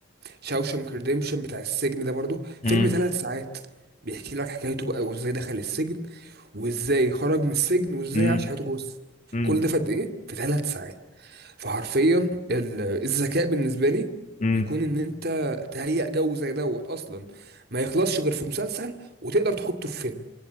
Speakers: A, on the right; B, on the left.
A: شاوشانك ريديمشن بتاع السجن ده برضو
B: مم،
A: فيلم ثلاث ساعات بيحكي لك حكايته بقى وازاي دخل السجن وازاي خرج من السجن وازاي
B: مم،
A: عاش حياته جوه السجن.
B: مم،
A: كل ده في قد ايه في ثلاث ساعات فحرفيا ال- الذكاء بالنسبه لي
B: مم،
A: بيكون ان انت تهيأ جو زي دوت اصلا ما يخلصش غير في مسلسل وتقدر تحطه في فيلم